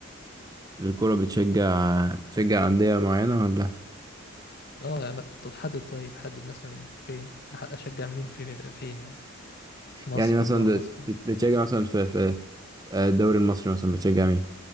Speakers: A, on the right; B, on the left.
A: الكورة بتشجع بتشجع أندية معينة ولا
B: أه يعني طب حدد طيب حدد مثلا فين أح- أشجع مين في في- فين يعني مصر
A: يعني مثلا
B: ولا برا مصر
A: بت- بتشجع مثلا في في آه، الدوري المصري مثلا بتشجع مين؟